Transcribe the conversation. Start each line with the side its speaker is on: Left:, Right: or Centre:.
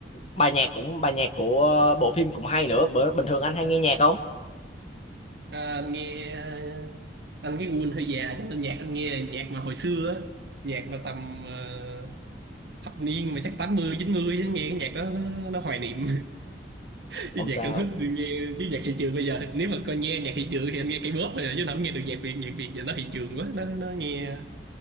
Left: bài nhạc cũng bài nhạc của bộ phim cũng hay nữa bữa bình thường anh hay nghe nhạc không
Right: à, anh nghe à, anh cái gu anh hơi già cho nên nhạc anh nghe là nhạc mà hồi xưa á nhạc mà tầm à, thập niên mà chắc tám mươi chín mươi á, nghe cái nhạc đó nó, nó hoài niệm Cái
Left: không
Right: nhạc
Left: sao
Right: anh thích thì nghe chứ nhạc thị trường bây giờ nếu mà coi nghe nhạc thị trường thì anh nghe cây pop thôi à, chứ anh không nghe được nhạc Việt nhạc Việt giờ nó thị trường quá nó nó nghe